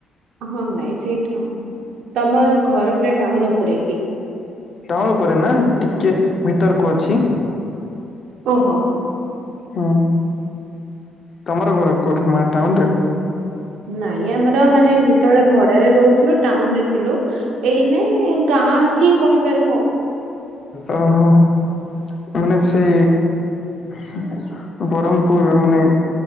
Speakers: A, on the right; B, on the left.
A: ହଁ ନାଇଁ ସେଇଟା, ତୋମର ଘର ଉପରେ ଟାଉନ୍ ଉପରେ କି?
B: ଟାଉନ୍ ଉପରେ ନା ଟିକେ ଭିତରକୁ ଅଛି।
A: ଓହୋ
B: ହଁ, ତୋମର ଘର କୋଉଠି ମା ଟାଉନ୍ ରେ।
A: ନାଇଁ ଆମର ମାନେ ଯେତେବେଳେ ଭଡାରେ ରହୁଥିଲୁ ଟାଉନ୍ ରେ ଥିଲୁ। ଏଇନେ ଗାଁ ହିଁ କହିପାରିବ ଆଉ
B: ଓହୋ, ଏ ମାନେ
A: ହୁଁ।
B: ସେ ସେ ବରମପୁର ମାନେ